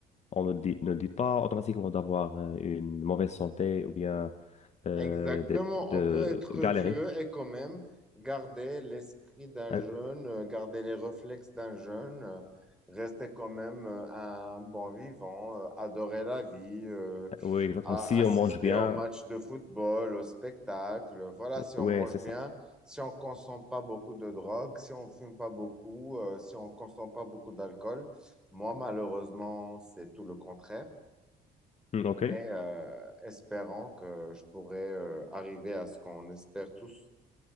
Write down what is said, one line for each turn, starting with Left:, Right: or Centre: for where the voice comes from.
Left: on ne dit, ne dit pas automatiquement d'avoir euh, une mauvaise santé ou bien euh,
Centre: Exactement,
Left: d'être- de
Centre: on peut être
Left: galérer.
Centre: vieux et quand même garder l'esprit d'un
Left: Hein,
Centre: jeune, euh, garder les réflexes d'un jeune, euh, rester quand même euh, un bon vivant, euh, adorer la vie, euh,
Left: Oui, exactement.
Centre: à
Left: Si
Centre: assister
Left: on mange bien,
Centre: au match de football, au spectacle. Voilà, si on
Left: Ouais,
Centre: mange
Left: c'est ça.
Centre: bien, si on consomme pas beaucoup de drogue, si on fume pas beaucoup, euh, si on consomme pas beaucoup d'alcool. Moi, malheureusement, c'est tout le contraire.
Left: Hmm, OK.
Centre: Mais euh, espérons que je pourrai euh, arriver à ce qu'on espère tous,